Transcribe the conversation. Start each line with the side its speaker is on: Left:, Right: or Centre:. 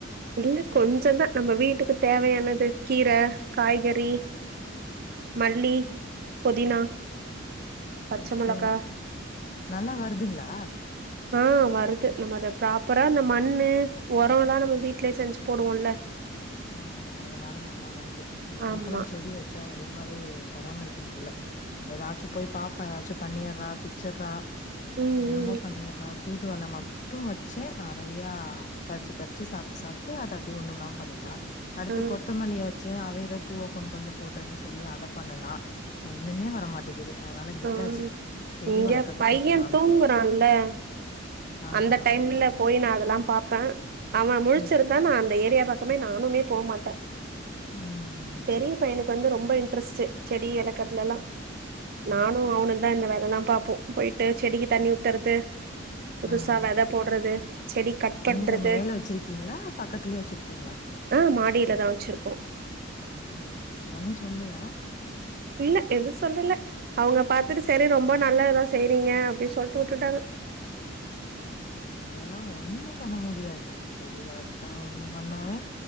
Right: இல்ல கொஞ்ச தான் நம்ம வீட்டுக்கு தேவையானது கீரை காய்கறி மல்லி பொதினா பச்ச
Left: ஓகே
Right: மொளகா
Left: ஓகே நல்லா வருதுங்களா
Right: ஆ வருது நம்ம அத ப்ராப்பரா இந்த மண்ணு உரம் எல்லா நம்ம வீட்லேயே செஞ்சு போடுவோல்லே
Left: ஓ அதனால நல்லா வருது எனக்கெல்லாம்
Right: ஆமா
Left: செடி வெச்ச ஒழுங்கவே பராமரிக்க முட்ல ஏதாச்சும் போய் பாப்பா ஏதாச்சு பண்ணியிறா பிச்யிறா
Right: ம்
Left: என்னனெமோ
Right: ம்
Left: பண்ணியிறா தூதுவல்ல மட் மட்டும் வெச்சேன் நெறையா பறிச்சு பறிச்சு சாப்ட்டு சாப்ட்டு அத அப்டியே ஒண்ணும்ல்லாம பண்ணிட்டா அடுத்து
Right: ஆ
Left: கொத்தமல்லிய வெச் அவ ஏதோ பூவ கொண்டு போடுறேன்னு சொல்லி அதை பண்ணுனா ஒன்னுமே வரமாட் டேகிது விட்டாச்சு
Right: ஆ
Left: செடி
Right: இங்க
Left: வளர்க்குறதுக்கு
Right: பைய
Left: கொஞ்ச நாளைக்கு
Right: தூங்குறான்ல
Left: வேணா ஆ
Right: அந்த டைம்ல
Left: அதனால
Right: போய் நான் அதெல்லாம் பாப்பேன் அவன் முழச்சிருந்
Left: ம்
Right: த நான் அந்த ஏரியா பக்கமே நானுமே போ மாட்டேன்
Left: ம்
Right: பெரிய
Left: சேரி
Right: பையனுக்கு
Left: சேரி
Right: வந்து ரொம்ப ரொம்ப இன்ட்ரெஸ்ட் செடி இளக்கறல எல்லா
Left: ஓ
Right: நானும் அவனும் இந்த எல்லா பாப்போம் போயிட்டு செடிக்கு தண்ணி ஊத்துறது புதுசா
Left: ஆ
Right: வெத போடுறது செடி கட் பண்றது
Left: எங்க மேல வச்சிருக்கீங்களா பக்கத்துலயே வச்சிருக்கீங்களா
Right: ஆ மாடியிலதான் வெச்சிருக்கோ
Left: செரிங்க செரிங்க ஒன்னு சொல்லையா
Right: இல்ல எதுவும் சொல்லல அவங்க பாத்துட்டு செரி ரொம்ப நல்லது தான் செய்றீங்க அப்டின்னு சொல்லிட்டு வுட்டுட்டாங்க
Left: இங்கெல்லாம் ஒண்ணுமே பண்ண முடியாது செடி வளத்தா ஒண்ணு பண்ணாவே